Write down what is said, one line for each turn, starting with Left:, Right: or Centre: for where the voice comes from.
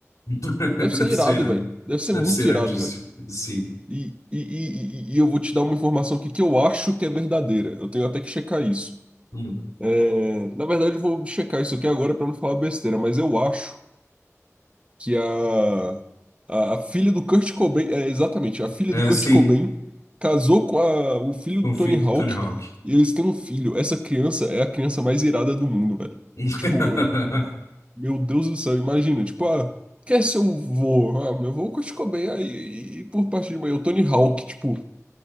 Left: <laughs>
Right: Deve ser
Left: Deve
Right: irado,
Left: ser irado.
Right: velho. Deve ser
Left: Deve
Right: muito
Left: ser iradíssimo.
Right: irado, velho.
Left: Sim.
Right: E, e, e, e e eu vou te dar uma informação aqui que eu acho que é verdadeira. Eu tenho até que checar isso.
Left: Hum.
Right: É, na verdade, eu vou checar isso aqui agora para não falar besteira, mas eu acho que a, a, a filha do Kurt Cobain, é, exatamente, a filha
Left: É,
Right: do Kurt
Left: sim,
Right: Cobain casou com a- o filho
Left: confio
Right: do Tony Hawk
Left: do Tony Hawk.
Right: e eles têm um filho. Essa criança é a criança mais irada do mundo, velho.
Left: <laughs>
Right: Tipo, meu Deus do céu, imagina, tipo, ah, quer ser o vô? Ah, meu vô é o Kurt Cobain, aí, e, e por parte de mãe, é o Tony Hawk, tipo,